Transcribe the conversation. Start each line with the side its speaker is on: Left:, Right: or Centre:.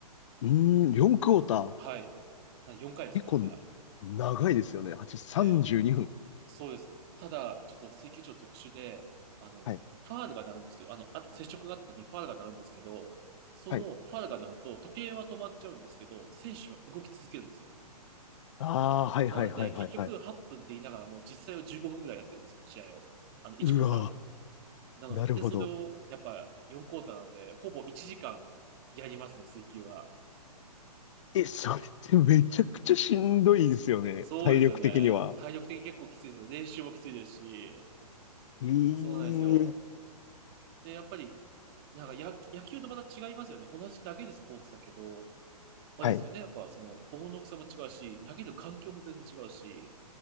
Left: うーん、4クォーター。
Right: はい。4回ですね。
Left: 結構、
Right: だから。
Left: 長いですよね。8、32分。
Right: で、そうです。ただ、ちょっと水球場特殊で、あの、
Left: はい。
Right: ファールが鳴るんですけど、あの、あ、接触があった時にファールが鳴るんですけど、そのファールが鳴ると時計は止まっちゃうんですけど、
Left: はい
Right: 選手は動き続けるんですよ。
Left: ああ、はいはいはいはいはい。
Right: なので、結局8分って言いながらもう実際は15分ぐらいやってるんですよ、試合を。あの、1クォータ
Left: うわ
Right: ー。なので、
Left: ー、なるほど。
Right: それをやっぱ4クォーターなので、ほぼ1時間やりますね、水球は。
Left: え、それってめちゃくちゃしんどいですよね。
Right: そうですよね。
Left: 体力的には。
Right: 体力的に結構きついですよ。練習もきついですし、
Left: ええ
Right: そうなんですよ。で、やっぱりなんかや、野球とまた違いますよね。同じ投げるスポーツだけど、あれですよね。
Left: はい。
Right: やっぱその棒の大きさも違うし、投げる環境も全然違うし、